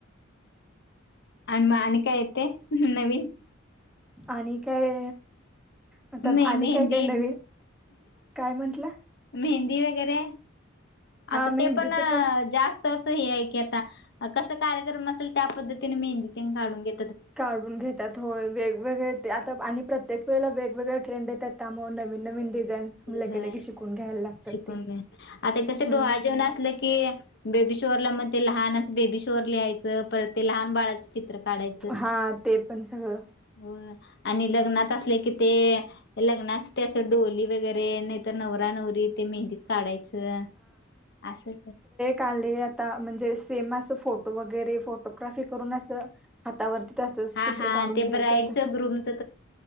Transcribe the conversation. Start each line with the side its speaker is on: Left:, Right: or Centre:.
Left: आणि मग आणि काय येते नवीन
Centre: आणि काय आता
Left: मे
Centre: आणि
Left: मेहंदी
Centre: काय काय नवीन काय म्हंटलं.
Left: मेहंदी वगैरे
Centre: हा
Left: आता
Centre: मेहंदीचं
Left: ते पण जास्त की आता क कार्यक्रम असेल त्या पद्धतीने मेहंदी काून घ
Centre: काढून घेतात होय वेगवेगळे ते आता आणि प्रत्येक वळेला वेगवेगळ्या ट्रेडेतात त्यामुळे नवीन नवीन डिझाईन
Left: य
Centre: लगे लगे शिकून घ्यायला लागतात
Left: शिकून
Centre: ते
Left: घ आता कस
Centre: हम्म
Left: डोहा्या जेवण असले. कि बेबी शोअरला मग ते लहान असं बेबी शोर लिहायचं परत ते लहान बाळाच चित्र काढाय.
Centre: हा ते पण सगळं.
Left: हो आणि लग्नात असले की ते लग्नास त्याच डोली वगैरे नाही. तर नवरा नवरी ते मेहंदीत काढायचं असं.
Centre: चाले आता म्हणजे सेम अस फोटो वगैरे फोटोग्राफी करून हातावरती तसच
Left: हा
Centre: चित्र
Left: हा
Centre: काढून
Left: ते
Centre: घ्यायचं
Left: ब्राईडचं
Centre: तस.
Left: ग्रूमचं